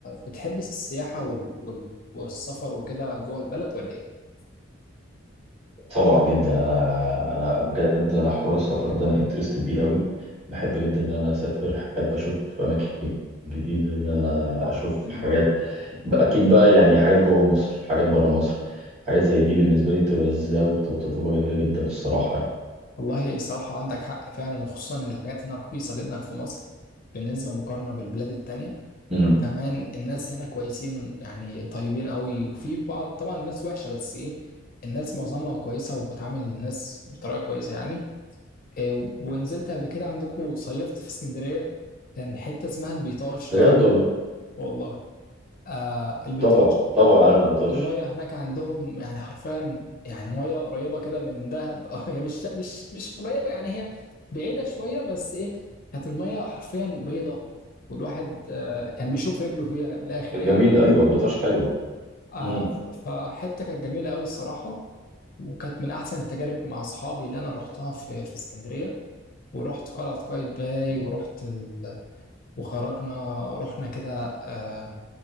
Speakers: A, on the left; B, on the right.
A: بتحب السياحه وال... وال... والسفر وكده جوه البلد ولا ايه
B: طبعا جدا انا انا بجد انا حوار السفر ده انا انترستد بيه قوي بحب جدا ان انا اسافر احب اشوف اماكن جديده ان انا اشوف حاجات اكيد بقى يعني حاجات جوه مصر حاجات بره مصر حاجات زي دي بالنسبه لي بتبقى لذيذه قوي بتبقى تجربه جميله جدا الصراحه يعني
A: والله صراحة عندك حق فعلا وخصوصا إن الحاجات هنا رخيصة جدا في مصر بالنسبة مقارنة بالبلاد التانية
B: امم
A: وكمان الناس هنا كويسين يعني طيبين قوي وفي بعض طبعا الناس وحشة بس ايه الناس معظمها كويسة وبتعامل الناس بطريقة كويسة يعني إيه، ونزلت قبل كده عندكم صيفت في اسكندرية كان حتة اسمها البيطاش
B: بجد
A: لو عارف
B: والله
A: والله آه البيطاش
B: طبعا طبعا
A: آه
B: عارف البطاش
A: المية هناك عندهم يعني حرفيا يعني مية قريبة كده من دهب <laughs> أو هي مش مش مش قريبة يعني هي بعيدة شوية بس إيه كانت المية حرفيا بيضة والواحد آه كان بيشوف رجله فيها من الآخر
B: جميله
A: يعني <laughs>
B: ايوه البطاش حلوه
A: آه
B: امم
A: فحتة كانت جميلة أوي الصراحة وكانت من أحسن التجارب مع أصحابي اللي أنا روحتها في في اسكندرية ورحت قلعة قايتباي ورحت ال... وخرجنا رحنا كده آه،